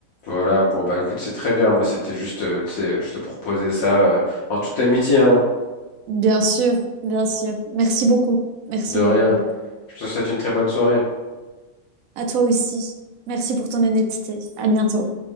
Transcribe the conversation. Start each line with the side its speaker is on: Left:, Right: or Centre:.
Left: Voilà. Bon, bah, écoute, c'est très bien. Moi, c'était juste, euh, tu sais, je te proposais ça euh, en toute amitié, hein.
Right: Bien sûr, bien sûr. Merci beaucoup. Merci
Left: De
Right: beaucoup.
Left: rien. Je te souhaite une très bonne soirée.
Right: À toi aussi. Merci pour ton honnêteté. À bientôt.